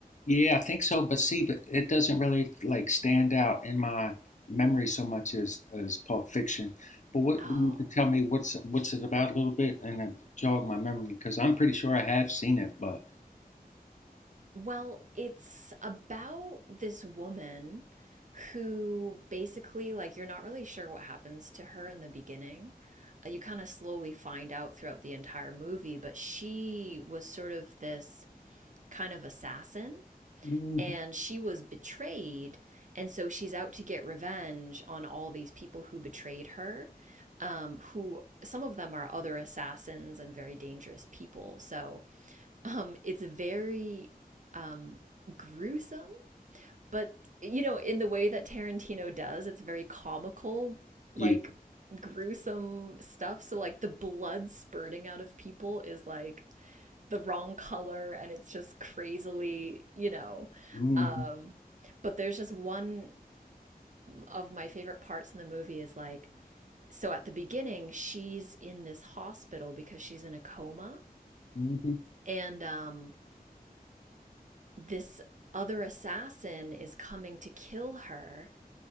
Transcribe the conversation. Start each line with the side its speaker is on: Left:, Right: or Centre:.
Left: Yeah, I think so. But see, but it doesn't really like stand out in my memory so much as as Pulp Fiction. But what
Right: Oh.
Left: you could tell me what's what's it about a little bit and then jog my memory because I'm pretty sure I have seen it. But
Right: Well, it's about this woman who basically like you're not really sure what happens to her in the beginning. Uh, You kind of slowly find out throughout the entire movie, but she was sort of this kind of assassin
Left: Mhm.
Right: and she was betrayed and so she's out to get revenge on all these people who betrayed her um, who some of them are other assassins and very dangerous people so um, it's very um, gruesome but you know in the way that tarantino does it's very comical like
Left: yeah,
Right: gruesome stuff so like the blood spurting out of people is like the wrong color and it's just crazily, you know.
Left: hmm
Right: Um, but there's just one of my favorite parts in the movie is like, so at the beginning, she's in this hospital because she's in a coma,
Left: hmm
Right: and um, this other assassin is coming to kill her.